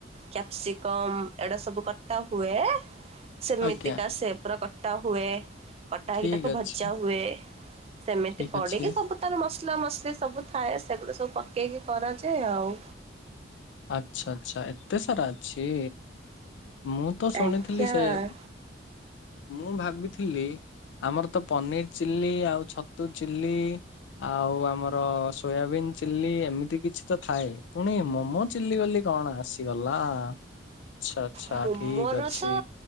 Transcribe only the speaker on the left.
ଆଜ୍ଞା
ଠିକ
ଅଛି
ଠିକ
ଅଛି।
ଆଚ୍ଛା ଚ୍ଛା ଏତେ ସାରା ଅଛି। ମୁଁ ତ ଶୁଣିଥିଲି
ସେୟାକୁ ମୁଁ ଭାବିଥିଲି ଆମର୍ ତ ପନିର୍ ଚିଲ୍ଲି ଆଉ ଛତୁ ଚିଲ୍ଲି ଆଉ ଆମର ସୋୟାବିନ୍ ଚିଲ୍ଲି ଏମିତି କିଛି ତ ଥାଏ ପୁଣି ମୋମୋ ଚିଲ୍ଲି ବୋଲି କଣ ଆସିଗଲା ଆଚ୍ଛା ଆଚ୍ଛା
ଠିକ୍ ଅଛି।